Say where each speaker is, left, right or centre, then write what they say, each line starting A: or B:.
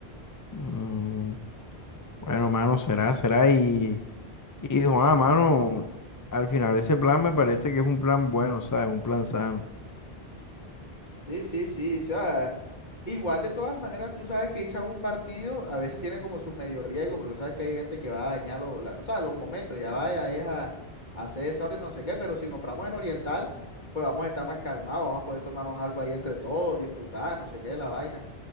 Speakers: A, on the left; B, on the left.
A: Mm, bueno, mano, será, será. Y, y, Juan, mano, al final ese plan me parece que es un plan bueno, ¿sabes? Un plan sano.
B: Sí, sí, sí, o sea, Igual de todas maneras, tú sabes que irse a un partido a veces tiene como su medio riesgo, porque sabes que hay gente que va a dañar los, la- o sea, los momentos, ya vaya, es a, a hacer desorden, no sé qué, pero si compramos en Oriental, pues vamos a estar más calmados, vamos a poder tomarnos algo ahí entre todos, disfrutar, no sé qué, la vaina.